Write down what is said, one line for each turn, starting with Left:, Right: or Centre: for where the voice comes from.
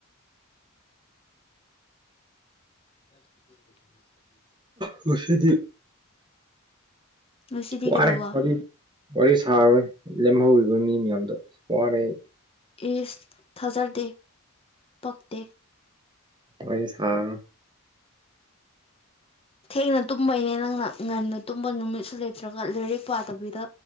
Left: <unintelligible>
Right: ꯍꯧꯁꯗꯤ
Left: ꯉꯁꯤꯗꯤ
Right: ꯋꯥꯔꯦ
Left: ꯀꯩꯗꯧꯕ
Right: ꯋꯥꯔꯤ ꯋꯥꯔꯤ ꯁꯥꯔꯣꯏ ꯂꯦꯝꯍꯧꯔꯤꯕ ꯃꯤ ꯃꯌꯥꯝꯗꯣ ꯑ ꯋꯥꯔꯦ ꯑꯩ
Left: ꯏꯁ ꯊꯥꯖꯗꯦ ꯄꯛꯛꯇꯦ
Right: ꯍꯣꯏ ꯁꯥꯥ
Left: ꯊꯦꯡꯅ ꯇꯨꯝꯕꯩꯅꯦ ꯅꯪꯅ ꯉꯟꯅ ꯇꯨꯝꯕ ꯅꯨꯃꯤꯠꯁꯨ ꯂꯩꯇ꯭ꯔꯒ ꯂꯥꯏꯔꯤꯛ ꯄꯥꯗꯕꯤꯗ